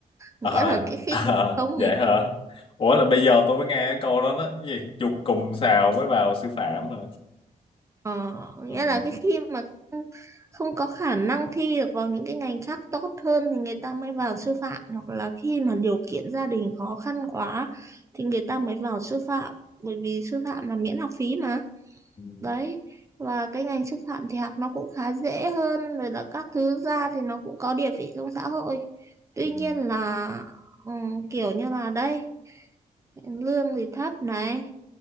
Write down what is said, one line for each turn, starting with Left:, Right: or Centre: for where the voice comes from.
Right: nghĩa
Left: À,
Right: là cái khi
Left: à,
Right: không
Left: vậy hả? Ủa là bây giờ tôi mới nghe cái câu đó đó. Cái gì? Chuột cùng sào mới vào sư phạm hả?
Right: ờ, nghĩa
Left: Ừ.
Right: là cái khi mà không, không có khả năng thi được vào những cái ngành khác tốt hơn thì người ta mới vào sư phạm hoặc là khi mà điều kiện gia đình khó khăn quá thì người ta mới vào sư phạm bởi vì sư phạm là miễn học phí mà
Left: Ừ.
Right: đấy và cái ngành sư phạm thì học nó cũng khá dễ hơn rồi là các thứ ra thì nó cũng có địa vị trong xã hội tuy
Left: Ừ.
Right: nhiên là ừ, kiểu như là đây lương thì thấp này